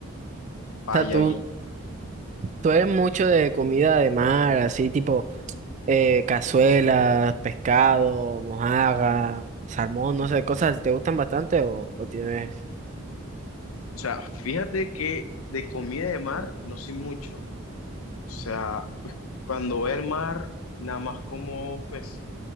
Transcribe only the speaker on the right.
sea, tú,
tú eres mucho de comida de mar, así tipo eh, cazuelas, pescado, mojarra, salmón, no sé, cosas así. ¿Te gustan bastante o, o tienes?